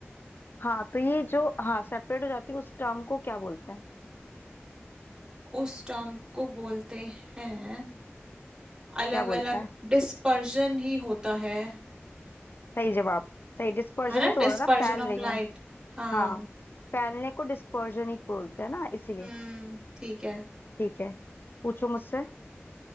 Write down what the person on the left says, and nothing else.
हाँ तो ये जो हाँ सेपरेट हो जाती है उस टर्म को क्या बोलते हैं
क्या बोलते
हैं
सही जवाब सही डिस्पर्जन
ही तो
हो रहा है ना फैल
रही
है
हाँ फैलने को डिस्पर्जन ही बोलते हैं ना इसीलिए
ठीक है पूछो मुझसे